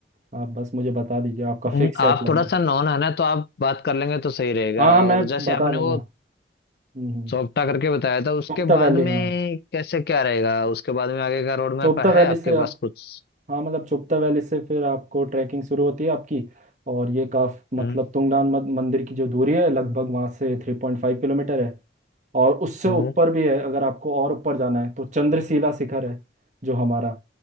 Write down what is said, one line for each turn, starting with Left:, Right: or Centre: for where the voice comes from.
Right: आप बस मुझे बता दीजिए आपका फिक्स
Left: हम्म, आप
Right: है प्लान
Left: थोड़ा सा नॉन है ना तो आप बात कर लेंगे तो सही रहेगा
Right: हाँ हाँ मैं
Left: और जैसे
Right: बता
Left: आपने
Right: दूंगा
Left: वो
Right: हम्म हम्म।
Left: सौंपटा करके बताया था उसके
Right: चोपता
Left: बाद
Right: वैली हाँ
Left: में कैसे क्या रहेगा उसके बाद में आगे का रोड मैप
Right: चोपता
Left: है
Right: वैली
Left: आपके
Right: से आप
Left: पास कुछ
Right: हाँ मतलब चुपता वैली से फिर आपको ट्रैकिंग शुरू होती है आपकी और ये काफ मतलब
Left: हम्म
Right: तुंगनाथ मत- मंदिर की जो दूरी है लगभग वहाँ से थ्री पॉइंट फाइव किलोमीटर है और उससे
Left: हम्म
Right: ऊपर भी है अगर आपको और ऊपर जाना है तो चंद्रशिला शिखर है जो हमारा